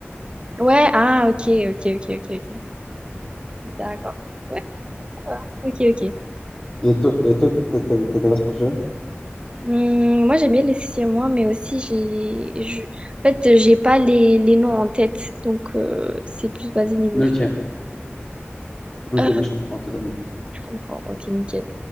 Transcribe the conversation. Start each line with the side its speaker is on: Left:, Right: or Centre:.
Right: Ouais, ah, ok, ok, ok, ok, ok. D'accord. Ouais, ça va. Ok, ok.
Left: Et toi, et toi, t'as t'as- t'as ta race préférée?
Right: Hum, moi, j'aime bien les siamois, mais aussi, j'ai... je- En fait, j'ai pas les, les noms en tête, donc euh, c'est plus basé niveau.
Left: Ok, ok,
Right: Euh,
Left: là je comprends totalement.
Right: je comprends. Ok, nickel.